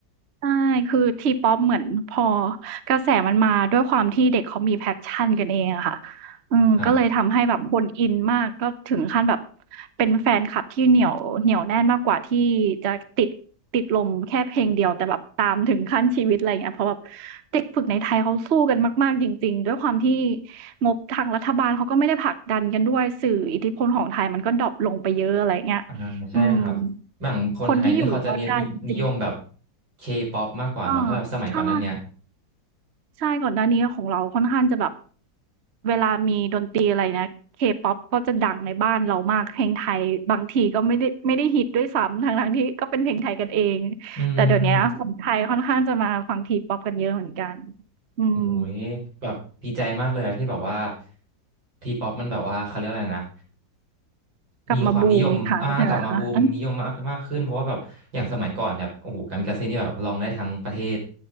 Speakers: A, on the right; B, on the right.
A: ใช่ คือทีป๊อปเหมือนพอกระแสมันมาด้วยความที่เด็กเขามี passion กันเองอะค่ะอืมก็เลยทำให้แบบคนอินมาก
B: ครับ
A: ก็ถึงขั้นแบบเป็นแฟนคลับที่เหนียวเหนียวแน่นมากกว่าที่จะติดติดลมแค่เพลงเดียวแต่แบบตามถึงขั้นชีวิตอะไรอย่างเงี้ยเพราะแบบเด็กฝึกในไทยเขาสู้กันมากๆจริงๆด้วยความที่งบทางรัฐบาลเขาก็ไม่ได้ผลักดันกันด้วยสื่ออิทธิพลของไทยมันก็ดร็อปลงไปเยอะอะไรอย่างเงี้ย
B: อ่าใช่ครับอย่างคนไทยนี่เขาจะเน้นนินิยมแบบ
A: อืมคนที่อยู่รอดได้จริง
B: เคป๊อปมากกว่าเนาะถ้าแบบสมัยก่อนนั้นเนี่ย
A: เออใช่ใช่ก่อนหน้านี้ของเราค่อนข้างจะแบบเวลามีดนตรีอะไรนะ K-pop ก็จะดังในบ้านเรามากเพลงไทยบางทีก็ไม่ได้ไม่ได้ฮิตด้วยซ้ำทั้งๆที่ก็เป็นเพลงไทยกันเอง
B: อืม
A: แต่เดี๋ยวเนี้ยคนไทยค่อนข้างจะมาฟัง T-pop กันเยอะเหมือนกันอืม
B: โอ้ยแบบดีใจมากเลยอะที่แบบว่าทีป๊อปมันแบบว่าเขาเรียกอะไรนะ
A: กลับมาบูมอีกครั้งใช่ไหมคะอือ
B: มีความนิยมอ่ากลับมาบูมนิยมมากมากขึ้นเพราะว่าแบบอย่างสมัยก่อนแบบโอ้โหกามิกาเซ่นี่แบบลองได้ทั้งประเทศ